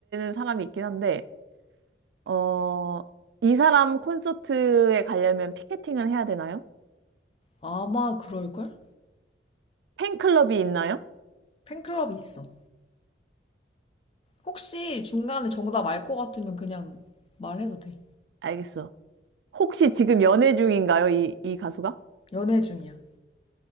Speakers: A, on the right; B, on the left.
A: 사람이 있긴 한데, 어, 이 사람 콘서트에 가려면 피케팅을 해야 되나요?
B: 아마 그럴걸?
A: 팬클럽이 있나요?
B: 팬클럽이 있어. 혹시 중간에 정답 알 것 같으면 그냥 말해도 돼.
A: 알겠어. 혹시 지금 연애 중인가요? 이, 이 가수가?
B: 연애 중이야.